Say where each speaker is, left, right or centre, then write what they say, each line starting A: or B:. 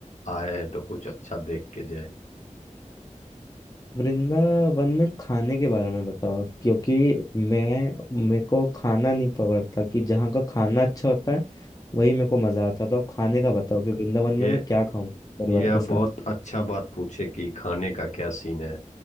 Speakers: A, on the left; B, on the left.
A: आए हैं तो कुछ अच्छा देख के जाए
B: वृंदावन में खाने के बारे में बताओ आप क्योंकि मैं मेरे को खाना नहीं पकड़ता कि जहाँ का खाना अच्छा होता है वही मेरे को मजा आता है तो आप खाने का बताओ कि वृंदावन में
A: ये
B: मैं क्या खाऊं परिवार
A: ये आप
B: के साथ
A: बहुत अच्छा बात पूछे कि खाने का क्या सीन है